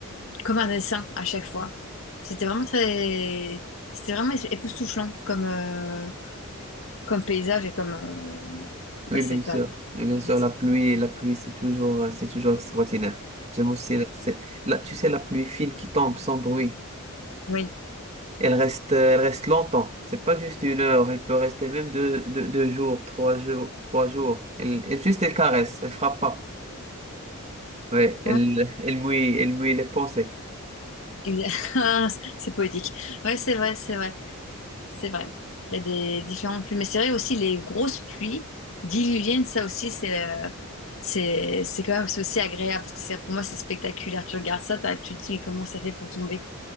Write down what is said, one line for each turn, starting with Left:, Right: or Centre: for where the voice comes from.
Left: comme un dessin à chaque fois. C'était vraiment très, c'était vraiment époustouflant comme, euh, comme paysage et comme, euh, bah
Right: Oui,
Left: c'est
Right: bien
Left: pas,
Right: sûr. Et Bien sûr,
Left: oui,
Right: la pluie, la pluie, c'est toujours, euh, c'est toujours extraordinaire. J'aime aussi, la- c'est, la- tu sais, la pluie fine qui tombe sans bruit.
Left: ouais,
Right: Elle reste, euh, elle reste longtemps. C'est pas juste une heure. Elle peut rester même deux, deux, deux jours, trois jours, trois jours. Elle, elle- juste, elle caresse. Elle frappe pas. Ouais, elle,
Left: ouais,
Right: elle mouille, elle mouille les pensées.
Left: exa- <laughs> c'est poétique. Ouais, c'est vrai, c'est vrai. C'est vrai. Il y a des différentes pluies. Mais c'est vrai aussi, les grosses pluies diluviennes, ça aussi, c'est euh, c'est c'est quand même c'est aussi agréable parce que c'est pour moi, c'est spectaculaire. Tu regardes ça, t'as- tu te dis, mais comment ça fait pour tomber